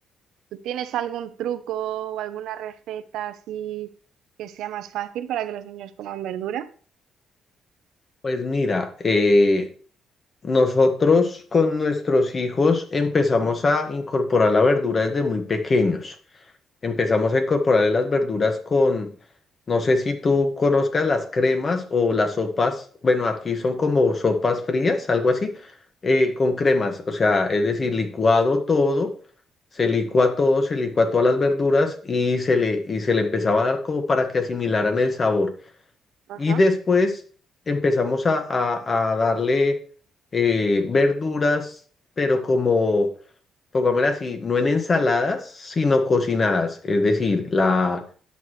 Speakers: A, on the right (about 80°); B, on the left (about 35°).
A: ¿Tú tienes algún truco o alguna receta así que sea más fácil para que los niños coman verdura?
B: pues mira, eh, nosotros con nuestros hijos empezamos a incorporar la verdura desde muy pequeños. empezamos a incorporarle las verduras con, no sé si tú conozcas las cremas o las sopas, bueno, aquí son como sopas frías, algo así, eh, con cremas, o sea, es decir, licuado todo, se licua todo, se licua todas las verduras y se le, y se le empezaba a dar como para que asimilaran el sabor.
A: Ajá.
B: Y después empezamos a, a- a darle eh, verduras, pero como pongámosla así, no en ensaladas, sino cocinadas. Es decir, la,